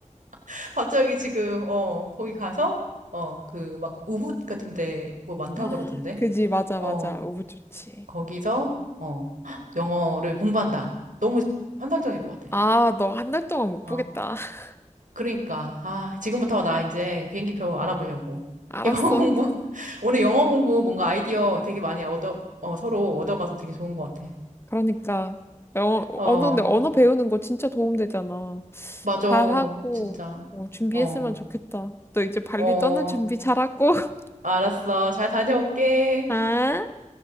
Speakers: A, on the right; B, on the left.
A: <laughs> 갑자기 지금, 어, 거기 가서, 어, 그, 막, 우붓 같은 데 뭐 많다고
B: 아
A: 그러던데.
B: 그지, 맞아,
A: 어,
B: 맞아. 너무 좋지.
A: 거기서, 어, <gasps> 영어를 공부한다. 너무 환상적일 것 같아.
B: 아, 너 한 달 동안 못
A: 어,
B: 보겠다. <laughs>
A: 그러니까. 아, 지금부터 나 이제 비행기표 알아보려고.
B: 알았어.
A: <laughs> 영어 공부, 오늘 영어 공부 뭔가 아이디어 되게 많이 얻어, 어, 서로 얻어가서 되게 좋은 것 같아.
B: 그러니까. 어,
A: 어,
B: 언어, 근데 언어 배우는 거 진짜 도움 되잖아.
A: 맞아.
B: 잘하고,
A: 진짜.
B: 어, 준비했으면
A: 어.
B: 좋겠다. 너 이제 발리
A: 어,
B: 떠날 준비 잘하고. <laughs>
A: 알았어. 잘 다녀올게.
B: 아.